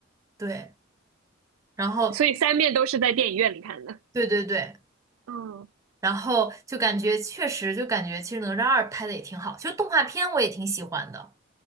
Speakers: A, on the right; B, on the right.
A: 对，然后
B: 所以三遍都是在电影院里看的。
A: 对对对，
B: 嗯，
A: 然后就感觉确实就感觉其实哪吒二拍的也挺好，其实动画片我也挺喜欢的。